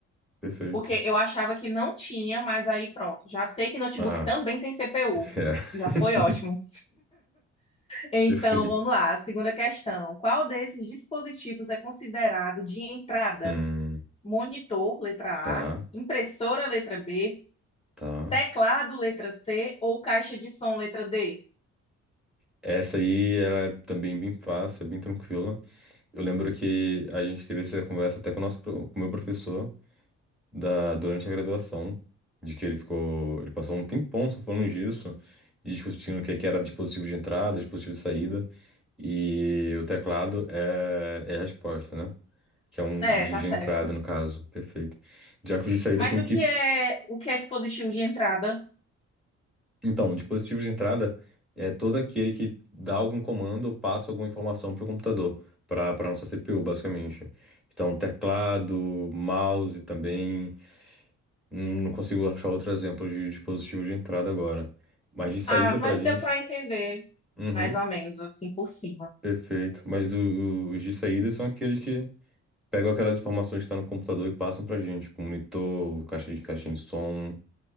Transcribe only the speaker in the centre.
Perfeito.
Ah,
é.
<laughs> Sim.
Perfeito.
Hum,
tá,
tá.
Essa aí, ela é também bem fácil, é bem tranquila. Eu lembro que a gente teve essa conversa até com o nosso, pro- com o meu professor da, durante a graduação, de que ele ficou, ele passou um tempão só falando disso, e discutindo o que é que era dispositivo de entrada, dispositivo de saída, e o teclado é, é a resposta, né? Que é um
de
de
entrada, no caso. Perfeito. Já que o de saída
tem
que
Então, o dispositivo de entrada é todo aquele que dá algum comando ou passa alguma informação para o computador, para para nossa CPU, basicamente. Então, teclado, mouse também. Hum, Não consigo achar outro exemplo de dispositivo de entrada agora. Mas de saída
para
a gente.
Uhum,
perfeito. Mas o- o- os de saída são aqueles que pegam aquelas informações que estão no computador e passam para a gente, tipo monitor, caixa de caixinha de som.